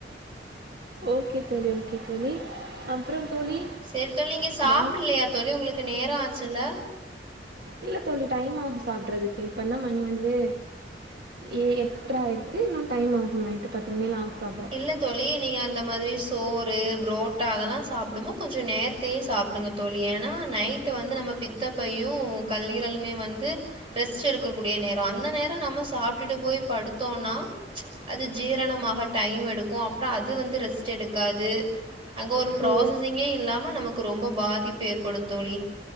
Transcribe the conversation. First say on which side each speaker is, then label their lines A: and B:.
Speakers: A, on the right; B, on the right.
A: ஓகே தோலி ஓகே தோழி அப்புறோ தோழி
B: சரித் தோழி நீங்க சாப்பிட்லியா
A: வாழ்
B: தோழி உங்களுக்கு நேரோ ஆச்சுல்ல
A: இல்ல தேழி டைம் ஆகூ சாப்பிட்றதுக்கு இப்போ நா மணி வந்து ஏ எட்டரா ஆயிருக்கூ இன்னூ டைம் ஆகூ நைட்டு பத்து மணி ஆகூ சாப்ட
B: இல்ல தொழி நீங்க அந்த மாதிரி சோறு புரோட்டா அதெல்லா சாப்பிடும்போ கொஞ்சொ நேரத் தே சாப்பிடுங்க தோழி ஏன்னா நைட்டு் வந்து நம்ம பித்தப்பையூ கல்லீரலுமே வந்து ரெஸ்ட் எடுக்கக்க கூடிய நேரோ அந்த நேரோ நம்ம சாப்பிட்டுட்டு போய் படுத்தோனா அது ஜீரணமாக டைம் எடுக்கோ அப்புறோ அது வந்து ரெஸ்ட் எடுக்காது அங்க ஒரு ப்ராசஸிங்கே
A: ஓ
B: இல்லாம நமக்கு ரொம்ப பாதிப்பு ஏற்படூ தோழி